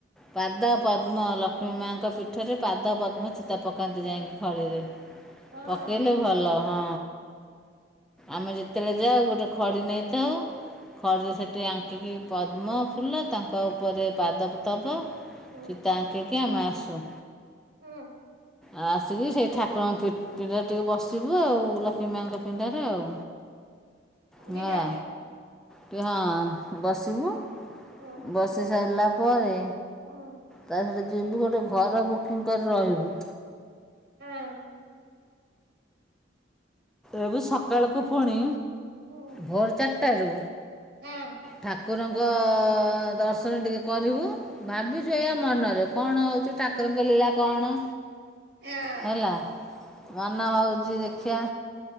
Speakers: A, in the centre; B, on the right.
A: ପାଦ ପଦ୍ମ ଲକ୍ଷ୍ମୀ ମାଆଙ୍କ ପୀଠରେ। ପାଦ ପଦ୍ମଚିତା ପକାନ୍ତି ଯାଇକି ଖଳିରେ
B: ହଁ
A: ପକେଇଲେ ଭଲ ହଁ ଆମେ ଯେତେବେଳେ ଯାଉ ଗୋଟେ ଖଡ଼ି ନେଇଥାଉ। ଖଡ଼ରେ ସେଠି ଆଙ୍କିକି ପଦ୍ମ ଫୁଲ ତାଙ୍କ ଉପରେ ପାଦ ତବ।
B: ହୁଁ
A: ଚିତା ଆଙ୍କିକି ଆମେ ଆସୁ।
B: ହୁଁ।
A: ଆ ଆସିକି ସେଇ ଠାକୁରଙ୍କ ପି-ପିଣ୍ଡାରେ ଟିକେ ବସିବୁ ଆଉ ଲକ୍ଷ୍ମୀ ମାଙ୍କ ପିଣ୍ଡାରେ ଆଉ। ହେଲା
B: ଦିଟା
A: ଟିକେ ହଁ ବସିବୁ
B: ହୁଁ
A: ବସି ସାରଲା ପ ପରେ
B: ହୁଁ
A: ତା ସେଠି ଯିବୁ ଗୋଟେ ଘର ବୁକିଂ କରି ରହିବୁ।
B: ହଁ।
A: ଏବି ସକାଳକୁ ଫୁଣି
B: ହୁଁ
A: ଭୋର ଚାରିଟାରୁ।
B: ହଁ
A: ଠାକୁରଙ୍କ ଦର୍ଶନ ଟିକେ କରିବୁ। ଭାବିଚୁ ଏଇଆ ମନରେ କଣ ହୋଉଚି ଟା ଠାକୁରଙ୍କ ଲୀଳା କଣ
B: ହଁ
A: ହେଲା ମନ ହୋଉଚି ଦେଖିଆ